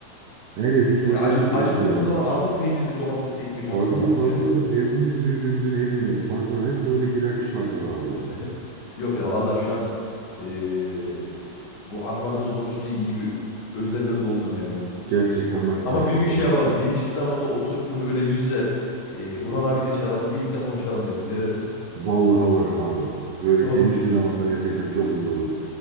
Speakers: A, on the right; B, on the left.
A: Her evin çocuğuyduk
B: yani acı, acıktığımız
A: biz ya.
B: zaman az mı peynirli domatesli ekmek
A: Tabii
B: hazırlamadık
A: tabii.
B: yani.
A: Evimiz birbirimizin evine. Barkına hep böyle girer çıkardık abi.
B: <laughs> Yok ya vallahi şu an eee, bu anlarımız konuşunca iyi bir özlemle doldum yani.
A: Gerçekten ben
B: Ama
A: de aynı
B: bir
A: vallahi.
B: gün şey yapalım geniş bir zamanda oturup bunu böyle yüz yüze eee Burhan abi de çağıralım birlikte konuşalım derim. Ne dersin?
A: Vallahi varım abi. Böyle
B: Olur
A: geniş bir zamanda gerçekten çok iyi olur.